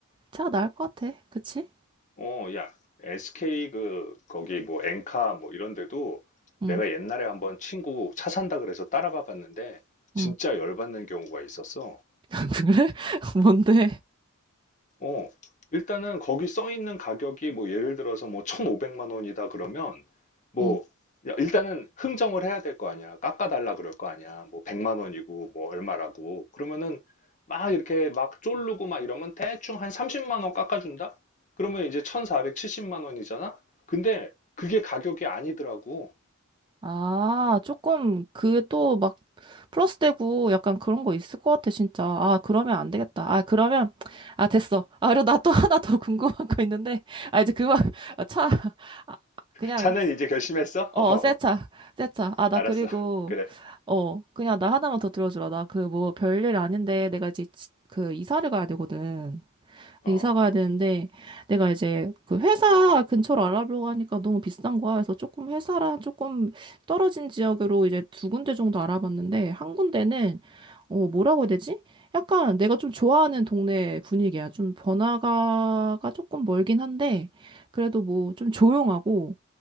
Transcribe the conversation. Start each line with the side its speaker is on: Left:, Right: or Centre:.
Right: 차가 나을 것 같아. 그치?
Left: 어, 야, SK 그 거기 뭐 엔카 뭐 이런 데도
Right: 응.
Left: 내가 옛날에 한번 친구 차 산다 그래서 따라가 봤는데 진짜
Right: 응.
Left: 열받는 경우가 있었어.
Right: <laughs> 그래? <laughs> 뭔데?
Left: 어, 일단은 거기 써 있는 가격이 뭐 예를 들어서 뭐 1,500만 원이다 그러면 뭐
Right: 응. 응.
Left: 야, 일단은 흥정을 해야 될 거 아니야. 깎아달라 그럴 거 아니야. 뭐 100만 원이고 뭐 얼마라고. 그러면은 막 이렇게 막 쫄르고 막 이러면 대충 한 30만 원 깎아준다? 그러면 이제 1,470만 원이잖아? 근데 그게 가격이 아니더라고.
Right: 아, 조금 그 또 막 플러스 되고 약간 그런 거 있을 것 같아, 진짜. 아, 그러면 안 되겠다. 아, 그러면 아, 됐어. 아, 그리고 나 또 <laughs> 하나 더 궁금한 거 있는데. 아, 이제 그만 <laughs> 차 아, 그냥
Left: 자는 이제 결심했어?
Right: 어,
Left: <laughs> 어,
Right: 새 차. 새 차. 아, 나
Left: 알았어.
Right: 그리고
Left: 그래.
Right: 어, 그냥 나 하나만 더 들어주라. 나 그 뭐 별일 아닌데 내가 이제 지- 그 이사를 가야 되거든.
Left: 어.
Right: 이사 가야 되는데 내가 이제 그 회사 근처로 알아보려고 하니까 너무 비싼 거야. 그래서 조금 회사랑 조금 떨어진 지역으로 이제 두 군데 정도 알아봤는데 한 군데는 어 뭐라고 해야 되지? 약간 내가 좀 좋아하는 동네 분위기야. 좀 번화가가 조금 멀긴 한데 그래도 뭐 좀 조용하고